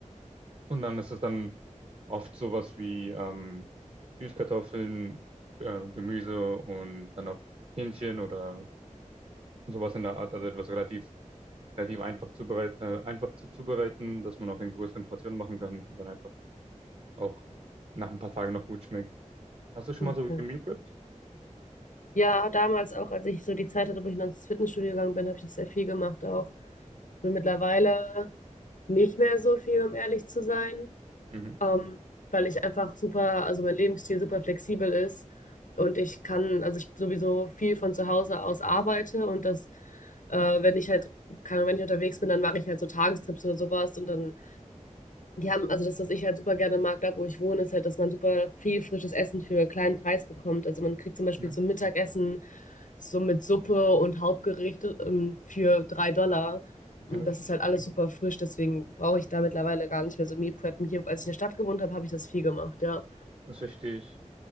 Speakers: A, on the right; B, on the left.
A: Und dann ist es dann oft sowas wie ähm, Süßkartoffeln, äh, Gemüse und dann auch Hähnchen oder sowas in der Art, also etwas relativ relativ einfach zubereit, äh, einfach zu zubereiten, dass man auch in größeren Portionen machen kann, dann einfach auch nach ein paar Tagen noch gut schmeckt. Hast du schon
B: okay.
A: mal so gemeal prepped?
B: Ja, damals auch, als ich so die Zeit hatte, wo ich noch ins Fitnessstudio gegangen bin, habe ich das sehr viel gemacht auch. So mittlerweile nicht mehr so viel, um ehrlich zu sein,
A: Mhm.
B: ähm, weil ich einfach super, also mein Lebensstil super flexibel ist und ich kann, also ich sowieso viel von zu Hause aus arbeite und das, äh, wenn ich halt, kann, wenn ich unterwegs bin, dann mache ich halt so Tagestrips oder sowas und dann Die haben, also das, was ich halt super gerne mag, da wo ich wohne, ist halt, dass man super viel frisches Essen für kleinen Preis bekommt. Also man kriegt zum Beispiel
A: Mhm.
B: so ein Mittagessen so mit Suppe und Hauptgericht ähm, für drei Dollar. Und
A: Okay.
B: das ist halt alles super frisch, deswegen brauche ich da mittlerweile gar nicht mehr so Meal Preppen. Hier, als ich in der Stadt gewohnt habe, habe ich das viel gemacht, ja.
A: Das verstehe ich.